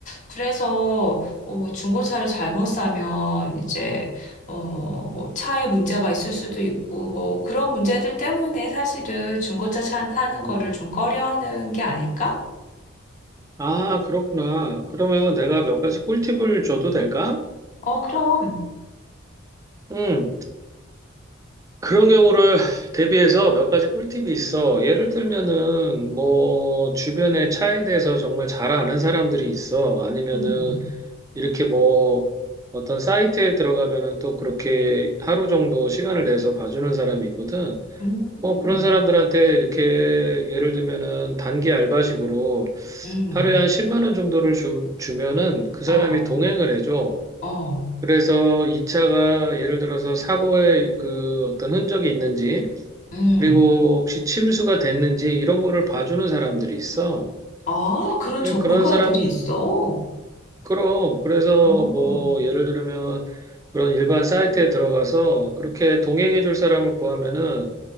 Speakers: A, on the left (about 40°); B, on the right (about 15°).
A: 그래서 어, 중고차를 잘못 사면 이제 어, 뭐 차에 문제가 있을 수도 있고 뭐 그런 문제들 때문에 사실은 중고차 차- 사는 거를
B: 음.
A: 좀 꺼려하는 게 아닐까?
B: 아, 그렇구나. 그러면 내가 몇 가지 꿀팁을 줘도 될까?
A: 어, 그럼.
B: 응 그런 경우를 대비해서 몇 가지 꿀팁이 있어. 예를 들면은 뭐 주변에 차에 대해서 정말 잘 아는 사람들이 있어. 아니면은
A: 음,
B: 이렇게 뭐 어떤 사이트에 들어가면은 또 그렇게 하루 정도 시간을 내서 봐주는 사람이 있거든.
A: 음,
B: 뭐 그런 사람들한테 이렇게 예를 들면은 단기 알바식으로
A: 음,
B: 하루에 한 10만 원 정도를 주, 주면은 그 사람이
A: 어,
B: 동행을 해줘.
A: 어,
B: 그래서 이 차가 예를 들어서 사고의 그 어떤 흔적이 있는지
A: 음.
B: 그리고 혹시 침수가 됐는지 이런 거를 봐주는 사람들이 있어.
A: 아, 그런
B: 그-
A: 전문가들이
B: 그런 사람,
A: 있어?
B: 그럼. 그래서
A: 음,
B: 뭐 예를 들면 그런 일반 사이트에 들어가서 그렇게 동행해 줄 사람을 구하면은